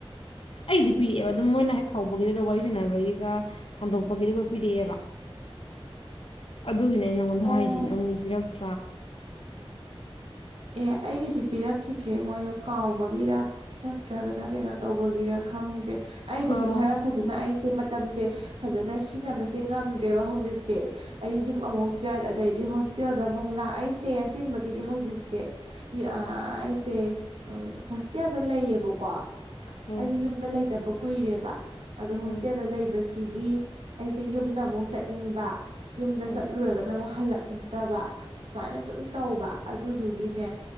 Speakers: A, on the left; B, on the right.
A: ꯑꯩꯗꯤ ꯄꯤꯔꯛꯑꯦꯕ ꯑꯗꯨꯝ ꯃꯣꯏꯅ ꯍ ꯍꯧꯕꯒꯤꯗꯨꯒ ꯋꯥꯔꯤ ꯁꯥꯟꯅꯕꯒꯤꯒ ꯍꯟꯗꯣꯛꯄꯒꯤꯗꯨꯒ ꯄꯤꯔꯛꯑꯦꯕ ꯑꯗꯨꯒꯤꯅꯦ ꯑꯩ ꯅꯪꯉꯣꯟꯗ
B: ꯑꯣ
A: ꯍꯥꯏꯁꯤ ꯅꯪꯒꯤ ꯄꯤꯔꯛ <unintelligible>
B: ꯑꯦ ꯑꯩꯒꯤꯗꯤ ꯄꯤꯔꯛꯈꯤꯗ꯭ꯔꯦ ꯃꯣꯏꯗ ꯀꯥꯎꯕꯒꯤꯔ ꯅꯠꯇ꯭ꯔꯒꯅ ꯀꯩꯅꯣ ꯇꯧꯕꯒꯤꯔ ꯈꯪꯗ꯭ꯔꯦ ꯑꯩꯗꯁꯨ
A: ꯀꯥꯎ
B: ꯈꯔ ꯐꯖꯅ
A: ꯎꯝ
B: ꯑꯩꯁꯦ ꯃꯇꯝꯁꯦ ꯐꯖꯅ ꯁꯤꯖꯤꯟꯅꯕꯁꯦ ꯉꯝꯗ꯭ꯔꯦꯕ ꯍꯧꯖꯤꯛꯁꯦ ꯑꯩ ꯌꯨꯝ ꯑꯃꯨꯛ ꯆꯠ ꯑꯗꯩꯗꯤ ꯍꯣꯁꯇꯦꯜꯗ ꯑꯃꯨꯛ ꯂꯥꯛ ꯑꯁꯦꯡꯕꯒꯤꯗꯤ ꯍꯧꯖꯤꯛ ꯑꯩꯁꯦ ꯍꯣꯁꯇꯦꯜꯗ ꯂꯩꯌꯦꯕꯀꯣ
A: ꯎꯝ
B: ꯑꯩꯁꯦ ꯌꯨꯝꯗ ꯂꯩꯇꯕ ꯀꯨꯏꯔꯦꯕ ꯑꯗꯣ ꯍꯣꯁꯇꯦꯜꯗ
A: ꯎꯝ
B: ꯂꯩꯕꯁꯤ ꯁꯤꯒꯤ ꯑꯩꯁꯦ ꯌꯨꯝꯗ ꯑꯃꯨꯛ ꯆꯠꯅꯤꯡꯕ ꯌꯨꯝꯗ
A: ꯎꯝ
B: ꯆꯠꯂꯨꯔꯒꯅ ꯑꯃꯨꯛ ꯍꯜꯂꯛꯅꯤꯡ ꯐꯠꯇꯕ ꯁꯨꯃꯥꯏꯅ ꯁꯨꯝ ꯇꯧꯕ ꯑꯗꯨꯗꯨꯒꯤ ꯅꯦ